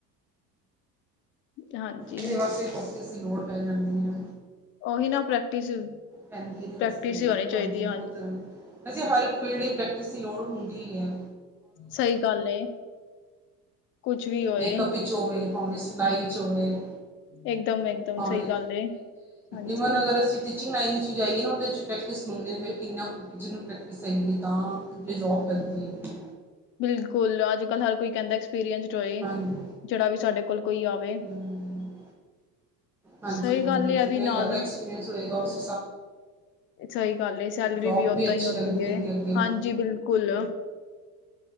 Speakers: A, on the left; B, in the centre.
A: ਹਾਂਜੀ
B: ਇਹਦੇ ਵਾਸਤੇ ਵੀ ਪ੍ਰੇਕਟਿਸ ਦੀ ਲੋੜ ਪੈ ਜਾਂਦੀ ਐ।
A: ਉਹੀ ਨਾ ਪ੍ਰੈਕਟਿਸ
B: ਪੈਂਦੀ ਆ ਇਹਦੇ ਵਾਸਤੇ
A: ਪ੍ਰੈਕਟਿਸ ਹੀ ਹੋਣੀ
B: ਹਾਂਜੀ
A: ਚਾਹੀਦੀ
B: ਬਹੁਤ
A: ਹੈ
B: ਵੈਸੇ ਹਰ ਇੱਕ ਫੀਲਡ ਲਈ ਪ੍ਰੈਕਟਿਸ ਦੀ ਲੋੜ ਹੁੰਦੀ ਈ ਐ।
A: ਸਹੀ ਗੱਲ ਕੁਛ ਵੀ ਹੋਏ।
B: ਮੇਕਅਪ ਵਿੱਚ ਹੋਵੇ ਭਾਵੇਂ ਸਿਲਾਈ ਚ ਹੋਵੇ
A: ਇੱਕਦਮ ਇੱਕਦਮ
B: ਭਾਵੇਂ
A: ਸਹੀ ਗੱਲ ਏ ਹਾਂਜੀ
B: ਇਵਨ ਅਗਰ ਅਸੀ ਟੀਚਿੰਗ ਲਾਈਨ 'ਚ ਜਾਈਏ ਨੇ ਉਹਦੇ 'ਚ ਪ੍ਰੈਕਟਿਸ ਮੰਗਦੇ ਨੇ ਫਿਰ ਕਿੰਨਾ ਟੀਚਰ ਨੂੰ ਪ੍ਰੈਕਟਿਸ ਹੈਗੀ ਤਾਂ ਜੇ ਜੋਬ ਲੱਗਦੀ ਹੈਗੀ।
A: ਬਿਲਕੁਲ ਅੱਜ ਕੱਲ ਹਰ ਕੋਈ ਕਹਿੰਦਾ ਐਕਸਪੀਰੀਐਂਸ ਹੋਏ
B: ਹਾਂਜੀ
A: ਜਿਹੜਾ ਵੀ ਸਾਡੇ ਕੋਲ ਕੋਈ ਆਵੇ।
B: ਹੂੰ ਹਾਂਜੀ
A: ਸਹੀ
B: ਹਾਂਜੀ
A: ਗੱਲ ਐ ਆ
B: ਜਿੰਨਾ
A: ਵੀ
B: ਹੀ
A: ਨਾਲ।
B: ਜ਼ਿਆਦਾ ਐਕਸਪੀਰੀਅੰਸ ਹੋਏਗਾ ਉਸ
A: ਸਹੀ ਗੱਲ ਐ ਸੈਲਰੀ
B: ਜੋਬ
A: ਵੀ ਓਦਾਂ
B: ਅੱਛੀ
A: ਹੀ ਆਉਂਦੀ
B: ਲੱਗਦੀ ਹੈਗੀ
A: ਐ
B: ਅੱਗੇ
A: ਹਾਂਜੀ ਬਿਲਕੁਲ।